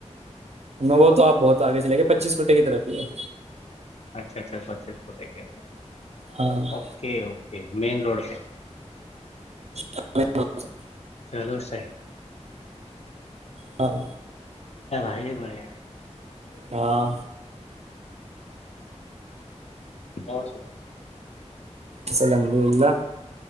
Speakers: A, on the right; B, on the left.
A: وہ تو آپ بہت آگے چلے گ پچیس کوٹے کی طرفی ہے
B: اچھا اچھاچیس فک تھا
A: ہاں
B: اوکے اوکے مین روڈ پہ
A: س
B: چلو سی
A: ہاں
B: چاہے پڑے
A: ہاں
B: او سر
A: السلحمد للہ